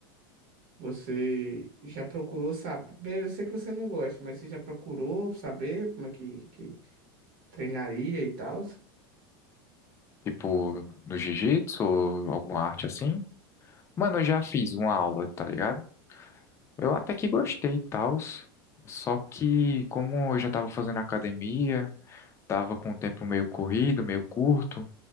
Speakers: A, on the right; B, on the left.
A: você já procurou saber? Eu sei que você não gosta, mas você já procurou saber como é que, que treinaria e tal?
B: tipo, no jiu-jitsu ou alguma arte assim? Mano, eu já fiz uma aula, tá ligado? Eu até que gostei e tal. Só que, como eu já tava fazendo academia, tava com o tempo meio corrido, meio curto,